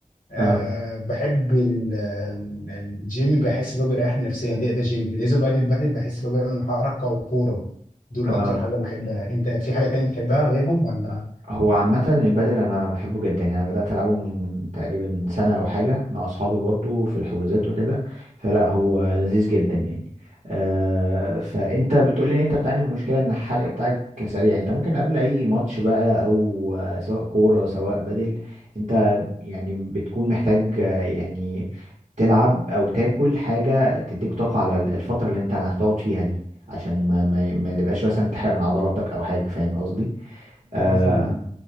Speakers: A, on the left (about 80°); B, on the right (about 55°).
A: أه
B: اه
A: بحب ال- ال- الجيم بحس ان هو بيريحني نفسيا ده ده جيم بالنسبه بقى للبدل بحس ان هو بيعمل حركه وكوره دول
B: آه.
A: اكتر حاجه بحبها انت في حاجه تانية بتحبها غيرهم ولا
B: هو عامة البادل أنا بحبه جدا يعني أنا بدأت ألعبه من تقريبا سنة أو حاجة مع أصحابي برضو في الحجوزات وكده فلا هو لذيذ جدا يعني آه فأنت بتقولي إن أنت بتعاني من مشكلة إن الحرق بتاعك سريع أنت ممكن قبل أي ماتش بقى أو آه، سواء كورة سواء بادل أنت يعني بتكون محتاج آه، يعني تلعب أو تاكل حاجة تديك طاقة على الفترة اللي أنت هتقعد فيها دي عشان ما ما ما تبقاش مثلا بتحرق من عضلاتك أو حاجة فاهم قصدي؟ آه
A: اه طبعا